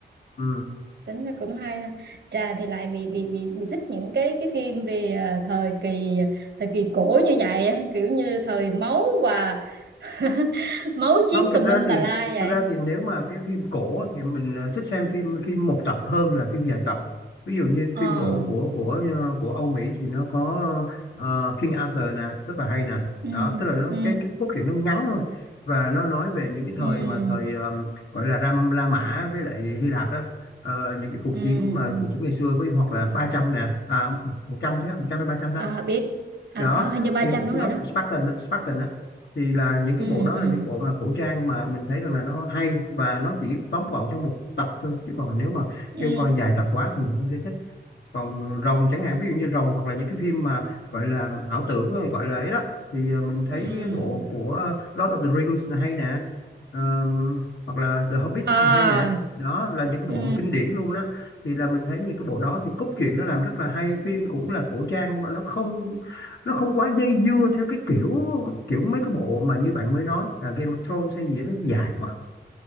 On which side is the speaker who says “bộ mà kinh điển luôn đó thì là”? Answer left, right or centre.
Left